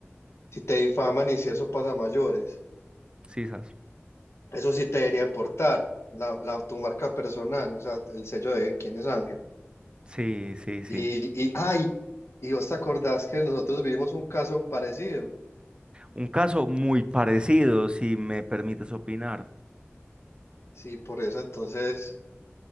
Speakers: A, on the left; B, on the right.
A: si te difaman y si eso pasa a mayores.
B: Sisas.
A: Eso sí te debería aportar la, la- tu marca personal, o sea, el sello de quién es Ángel.
B: Sí, sí, sí.
A: Y, y ay, y vos te acordás que nosotros vivimos un caso parecido.
B: Un caso muy parecido, si me permites opinar.
A: Sí, por eso entonces,